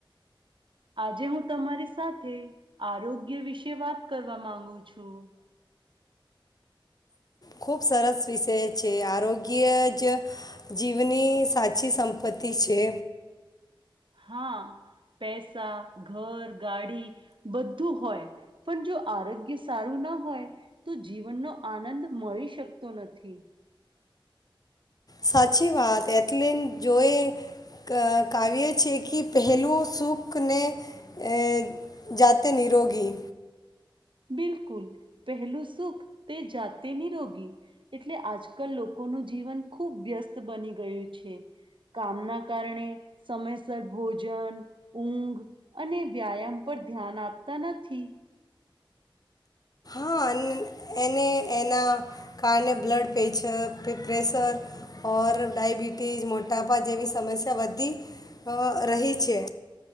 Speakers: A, on the right (about 70°); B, on the left (about 45°).
A: આજે હું તમારી સાથે આરોગ્ય વિશે વાત કરવા માંગુ છું.
B: ખૂબ સરસ વિષય છે. આરોગ્ય જ જીવની સાચી સંપત્તિ છે.
A: હા. પૈસા, ઘર, ગાડી બધું હોય, પણ જો આરોગ્ય સારું ના હોય, તો જીવનનો આનંદ મળી શકતો નથી.
B: સાચી વાત. એટલન જોઈ ક કાવ્ય છે કિ પહેલું સુખને અહ જાતે નિરોગી
A: બિલકુલ. પહેલું સુખ તે જાતે નિરોગી. એટલે આજકલ લોકોનું જીવન ખૂબ વ્યસ્ત બની ગયું છે. કામના કારણે સમયસર ભોજન, ઊંઘ અને વ્યાયામ પર ધ્યાન આપતા નથી.
B: હા. એને એના કારણે બ્લડ પેચર પે પ્રેશર, ઔર ડાયબિટીસ, મોટાપા જેવી સમસ્યા વધી રહી છે.